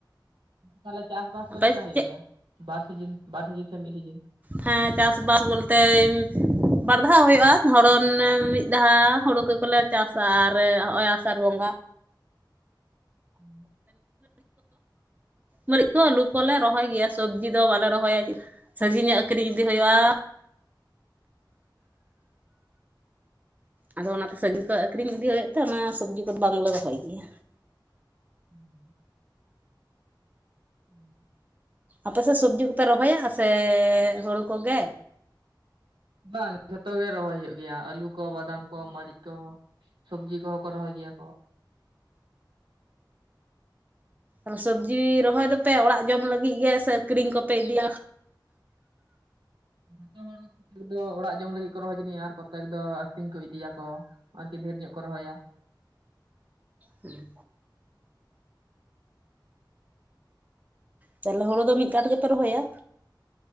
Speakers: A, on the right (about 85°); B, on the right (about 20°).
A: ᱛᱟᱦᱚᱞᱮ ᱪᱟᱥᱵᱟᱥ ᱠᱚ
B: ᱟᱯᱮ
A: ᱪᱮᱠᱟ ᱦᱩᱭᱩᱜ
B: ᱪᱮᱫ
A: ᱜᱮᱭᱟ ᱵᱟᱨ ᱥᱤᱡᱤᱱ ᱵᱟᱨ ᱥᱤᱡᱤᱱ ᱥᱮ ᱢᱤᱫ ᱥᱤᱡᱤᱱ
B: ᱦᱮᱸ ᱪᱟᱥᱵᱟᱥ ᱵᱚᱞᱛᱮ ᱵᱟᱨᱫᱷᱟᱣ ᱦᱩᱭᱩᱜᱼᱟ ᱫᱷᱚᱨᱚᱱ ᱢᱤᱫ ᱫᱷᱟᱣ ᱦᱩᱲᱩ ᱠᱚᱠᱚ ᱞᱮ ᱪᱟᱥᱟ ᱟᱨ ᱦᱚᱜᱼᱚᱭ ᱥᱟᱱ ᱵᱚᱸᱜᱟ
A: ᱦᱩᱸ
B: ᱢᱟᱹᱨᱤᱪ ᱠᱚ <unintelligible> ᱟᱹᱞᱩ ᱠᱚᱞᱮ ᱨᱚᱦᱚᱭ ᱜᱮᱭᱟ ᱥᱚᱵᱽᱡᱤ ᱫᱚ ᱫᱚ ᱵᱟᱞᱮ ᱨᱚᱦᱚᱭᱟ ᱥᱟᱹᱜᱤᱧ ᱧᱚᱜ ᱟᱹᱠᱷᱨᱤᱧ ᱤᱫᱤ ᱦᱩᱭᱩᱜᱼᱟ <inaudible> ᱟᱫᱚ ᱚᱱᱟᱛᱮ ᱥᱟᱹᱜᱤᱧ ᱠᱚ ᱟᱠᱷᱨᱤᱧ ᱤᱫᱤ ᱦᱩᱭᱩᱜ ᱛᱮ ᱚᱱᱟ ᱥᱚᱵᱡᱤ ᱠᱚᱫᱚ ᱵᱟᱝᱞᱮ ᱨᱚᱦᱚᱭ ᱜᱮᱭᱟ
A: ᱦᱩᱸ ᱦᱮᱸ
B: ᱟᱯᱮᱥᱮᱫ ᱥᱚᱵᱽᱡᱤ ᱠᱚᱯᱮ ᱨᱚᱦᱚᱭᱟ ᱥᱮ ᱦᱩᱲᱩ ᱠᱚᱜᱮ
A: ᱵᱟᱝ ᱡᱷᱚᱛᱚ ᱜᱮ ᱨᱚᱦᱚᱭ ᱦᱩᱭᱩᱜ ᱜᱮᱭᱟ ᱟᱹᱞᱩ ᱠᱚ ᱵᱟᱫᱟᱢ ᱠᱚ ᱢᱟᱨᱤᱡ ᱠᱚ ᱥᱚᱵᱽᱡᱤ ᱠᱚᱦᱚᱸ ᱠᱚ ᱨᱚᱦᱚᱭ ᱜᱮᱭᱟ ᱠᱚ
B: ᱚ ᱥᱚᱵᱡᱤ ᱨᱚᱦᱚᱭ ᱫᱚᱯᱮ ᱚᱲᱟᱜ ᱡᱚᱢ ᱞᱟᱹᱜᱤᱫ ᱞᱟᱹᱜᱤᱫ ᱜᱮ ᱥᱮ ᱟᱹᱠᱷᱨᱤᱧ ᱠᱚᱯᱮ ᱤᱫᱤᱭᱟ
A: ᱡᱚᱛᱚ ᱦᱚᱲ <unintelligible> ᱠᱚᱭᱮᱠ ᱫᱚ ᱚᱲᱟᱜ ᱡᱚᱢ ᱞᱟᱹᱜᱤᱫ ᱠᱚ ᱨᱚᱦᱚᱭ ᱡᱟᱱᱤᱡ ᱟᱨ ᱠᱚᱛᱮᱠ ᱫᱚ ᱟᱠᱷᱨᱤᱧ ᱠᱚ ᱤᱫᱤᱭᱟᱠᱚ ᱟᱨᱠᱤ ᱰᱷᱮᱨ ᱧᱚᱜ ᱠᱚ ᱨᱚᱦᱚᱭᱟ
B: ᱦᱮᱸ ᱛᱟᱦᱚᱞᱮ ᱦᱳᱲᱳ ᱫᱚ ᱢᱤᱫ <unintelligible> ᱥᱟᱶᱛᱮ ᱜᱮᱯᱮ ᱨᱚᱦᱚᱭᱟ